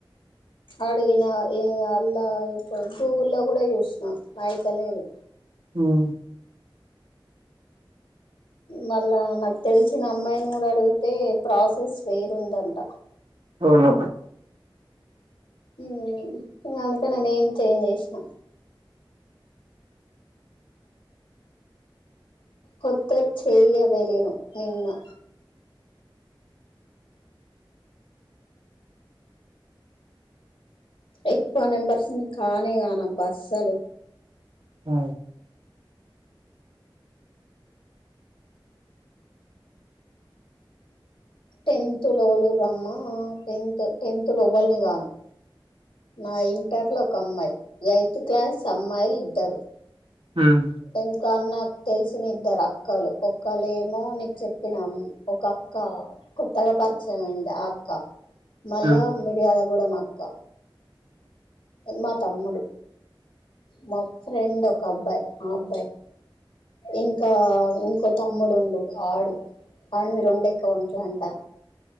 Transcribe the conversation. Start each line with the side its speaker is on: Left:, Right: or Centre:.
Left: అడిగిన ఏ అల్ల గూగుల్ల కూడ చూసిన అయితలేదు
Right: ఉమ్
Left: మళ్ళా నాకు తెలిసిన అమ్మాయిని గూడ అడుగుతే ప్రాసెస్ వేరుందంట
Right: అవును
Left: ఉమ్ అందుకె నా నేమ్ చేంజ్ చేసినా కొత్త చెయ్య వెలేను నిన్ను ఎక్కువ నెంబర్స్ని కానే కానబ్బ అస్సలు
Right: ఆ
Left: టెన్త్ లోవలుర్రమ్మ టెన్త్ టెన్త్ లోవల్ని గాను నా ఇంటర్ల ఒక అమ్మాయి ఎయిత్ క్లాస్ అమ్మాయిలిద్దరు
Right: ఉమ్
Left: ఇంకా నాకు తెలిసిన ఇద్దరక్కలు ఒక్కలేమో నీకు చెప్పిన మ్ ఒక అక్క కొత్తగ పరిచయం అయింది ఆ అక్క మళ్ళా
Right: ఉమ్.
Left: మిరియాలగూడెం అక్క మా తమ్ముడు మా ఫ్రెండ్ ఒక అబ్బాయి ఆ అబ్బాయి ఇంకా ఇంకో తమ్ముడుండు ఆడు అవన్ని రెండెక్కువున్టయంట